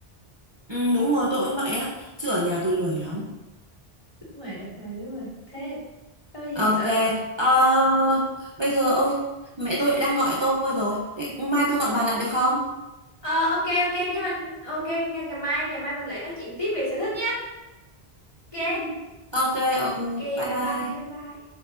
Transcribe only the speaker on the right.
ừ, đúng rồi tôi cũng vậy á chứ ở nhà tôi lười lắm
ok
ờ, bây giờ ôi mẹ tôi lại đang gọi tôi rồi Thế mai tôi gọi bà lại được không
ok ok
bye
bye